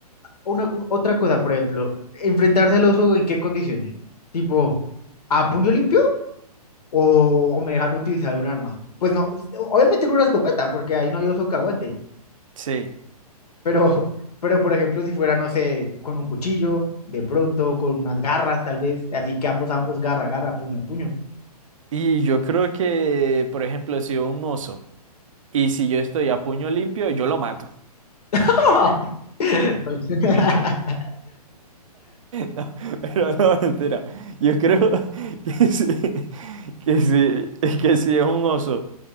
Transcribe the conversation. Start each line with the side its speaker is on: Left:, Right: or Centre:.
Left: Una, u- otra cosa, por ejemplo, enfrentarse al oso, ¿en qué condiciones? Tipo, ¿a puño limpio? ¿O, o me dejan utilizar un arma? Pues no, obviamente no una escopeta, porque ahí no hay oso que aguante.
Right: Sí.
Left: Pero, <laughs> pero por ejemplo, si fuera, no sé, con un cuchillo, de pronto, con unas garras, tal vez, así que ambos, ambos, garra, garra, puño puño.
Right: Y yo creo que, por ejemplo, si un oso y si yo estoy a puño limpio, yo lo mato. <laughs>
Left: <laughs>
Right: No, pero no, mentira. Yo creo <laughs> que sí, que sí, que sí es un oso.